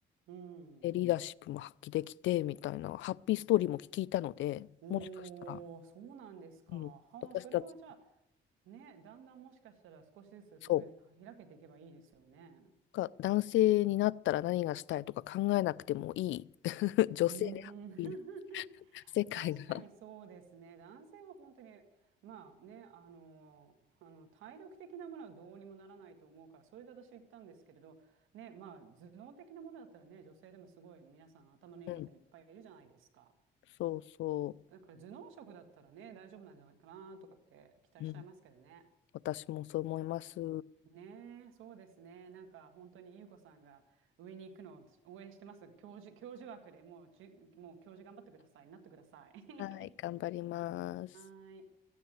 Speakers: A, on the right; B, on the left.
A: うん。
B: でリーダーシップも発揮できてみたいなハッピーストーリーも聞いたので、
A: おー、
B: もしかしたら、
A: そうなんですか。
B: うん、
A: はあ、
B: 私たち、
A: それはじゃあ、ね、だんだんもしかしたら少しずつそういう、
B: そう、
A: 開けていけばいいですよね。
B: が男性になったら何がしたいとか考えなくてもいい <laughs> 女性でハッピーな
A: うーん。<laughs>
B: 世界が、
A: 確かにそうですね。男性は本当に、まあね、あの、あの体力的なものはどうにもならないと思うから、それで私は言ったんですけれど、ね、まあ頭脳的なものだったらね、女性でもすごい皆さん頭のいい方いっぱいいるじゃないですか。
B: うん、そうそ
A: だから頭脳職だったらね、大丈夫なんじゃないかなとかって期待しちゃいますけどね。
B: う、うん、私もそう思います。
A: ねえ、そうですね。なんか本当に優子さんが上に行くのを応援してます。教授、教授枠でもうじゅ、もう教授頑張ってください。なってください。<laughs>
B: はい、頑張ります。
A: はーい。